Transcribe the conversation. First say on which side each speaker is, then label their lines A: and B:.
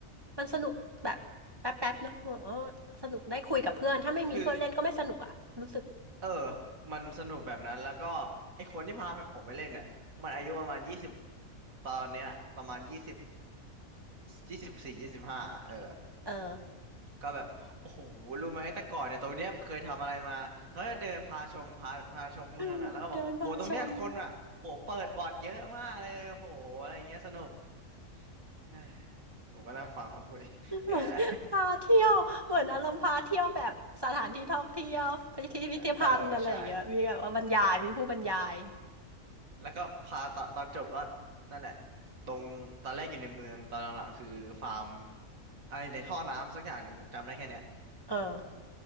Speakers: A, on the right; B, on the right.
A: มันสนุกแบบแป๊บแป๊บเนาะอ๋อสนุกได้คุยกับเพื่อนถ้าไม่มีเพื่อนเล่นก็ไม่สนุกอ่ะรู้สึก
B: คือเออมันสนุกแบบนั้นแล้วก็ไอคนที่พาไปผมไปเล่นเนี่ยมันอายุประมาณยี่สิบตอนเนี้ยประมาณยี่สิบ ยี่สิบสี่ยี่สิบห้าเออ
A: เออ
B: ก็แบบโอ้โหรู้ไหม แต่ก่อนเนี่ยตรงเนี้ยเคยทำอะไรมาเขาจะเดินพาชมพาพาชมเมืองอ่ะแล้วก็บอกโหตรงเนี้ยคนอ่ะโหเปิดบอร์ดเยอะมากเลยโหอะไรอย่างเงี้ยสนุก
A: <laughs> เดินมาชม
B: <sighs> เอ้ยผมก็นั่งฟังเขาคุยเออ
A: เหมือนพาเที่ยวเหมือนอารมณ์พาเที่ยวแบบสถานที่ท่องเที่ยวที่พิพิธภัณฑ์อะไรอย่างเงี้ยมีแบบว่าบรรยายมีผู้บรรยาย
B: <laughs> เออใช่แล้วก็พาตอนตอนจบก็นั่นแหละตรงตอนแรกอยู่ในเมืองตอนหลังๆคือฟาร์มอะไรในท่อน้ำสักอย่างหนึ่งผมจำได้แค่เนี้ย
A: เออ